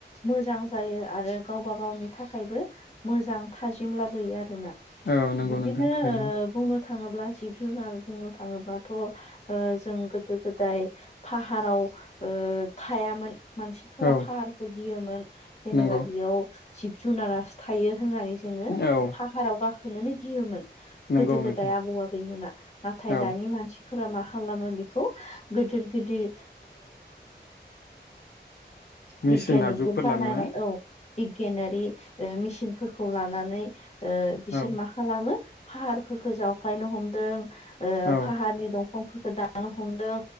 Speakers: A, on the left; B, on the left.
A: मोजां जायो आरो गावबा गावनि थाखायबो मोजां थाजिम लाबोयो आरोना।
B: औ नंगौ
A: बिदिनो
B: नोंथां थारैनो
A: बुंनो थाङोब्ला जिब जुनार बुंनो थाङोबाथ' जों गोदो गोदाय फाहाराव थायामोन मानसिफोरा
B: औ
A: फाहारखौ गियोमोन जेनेबा
B: नंगौ
A: बेयाव जिब जुनारासो थायो होननानै जोङो
B: औ
A: फाहाराव गाखोनोनो गियोमोन।
B: नंगौ
A: गोदो गोदाय
B: नोंथां
A: आबौ आबैमोना नाथाय
B: औ
A: दानि मानसि फोर मा खालामो बेखौ गिदिर गिदिर
B: मेसिन
A: बिगियानिकजों
B: आगजुफोर
A: बानायनाय
B: लाना
A: औ बिगियानारि मेसिनफोरखौ लानानै ओ बिसोर
B: औ
A: मा खालामो फाहारफोरखौ जावख्लायनो हमदों ओ
B: औ
A: फाहारनि दंफांफोरखौ दानो हमदों